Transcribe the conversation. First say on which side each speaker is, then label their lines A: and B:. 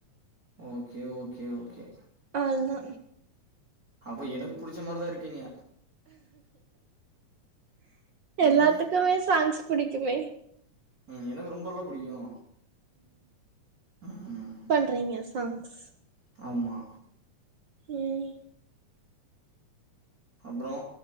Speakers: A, on the right; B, on the right.
A: ஓகே ஓகே ஓகே
B: அவ்ள தா
A: அப்ப எனக்கு புடிச்ச மாரிதா இருக்கீங்க ம்,
B: எல்லாத்துக்குமே சாங்ஸ் புடிக்குமே
A: ம் எனக்கு ரொம்பல்ல புடிக்கும் ம்
B: டிரிங்கர்ஸ் சாங்ஸ்
A: ஆமா
B: ம்
A: அப்றோ